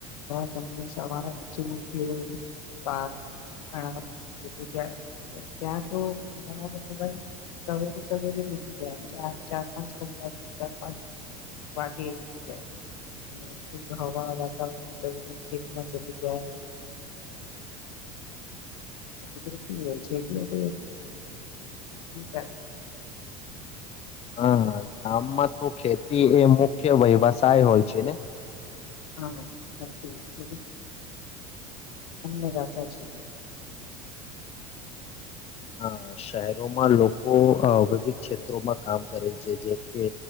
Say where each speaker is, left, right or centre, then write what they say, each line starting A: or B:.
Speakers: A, on the left; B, on the left.
A: ત તમને સવાર ઘણા લોકો જાય ત્યાં તો ઘણા લગભ સવેરે સવેરે ઉઠી જાય ચ ચાર પાંચ કલાક ચાર પાંચ વાગે ઉઠી જાય શુદ્ધ હવા વાતાવરણ લઈને ખેતમાં ચલી જાય હ કુદરતી હોય છે એટલે થ હ ચાલે છે
B: હા ગામમાં તો ખેતી એ મુખ્ય વ્યવસાય હોય છે ને
A: હા સાચું આપ જે અમમેદખે છેીએ ભ
B: અ શહેરોમાં લોકો વિવિધ ક્ષેત્રોમાં કામ કરે છે જેમ કે